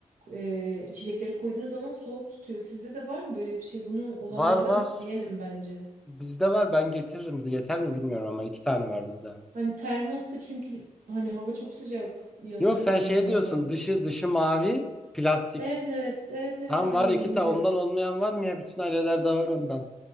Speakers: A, on the right; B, in the centre.
A: e, içecekleri koyduğun zaman soğuk tutuyor. Sizde de var mı böyle bir şey? Bunu olanlardan
B: Var var.
A: isteyelim bence.
B: Bizde var. Ben getiririm. Yeter mi bilmiyorum ama iki tane var bizde.
A: Hani termos da çünkü hani hava çok sıcak. Yanarız
B: Yok sen
A: yani
B: şey
A: orada.
B: diyorsun. Dışı dışı mavi, plastik.
A: Evet evet evet evet
B: Tam
A: aynen
B: var iki
A: onu
B: tane.
A: diyorum.
B: Ondan olmayan var mı ya? Bütün ailelerde var ondan.